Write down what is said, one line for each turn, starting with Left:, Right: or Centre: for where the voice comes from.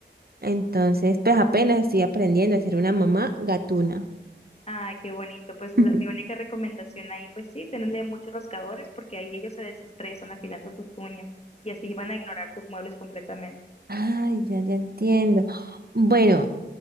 Right: entonces pues apenas estoy aprendiendo a ser una mamá gatuna.
Left: Ay, qué bonito. Pues la-
Right: <laughs>
Left: mi única recomendación ahí, pues sí, tenerle muchos rascadores porque ahí ellos se desestresan afilando sus uñas y así van a ignorar tus muebles completamente.
Right: Ay, ya, ya entiendo.
Left: Sí,
Right: Bueno,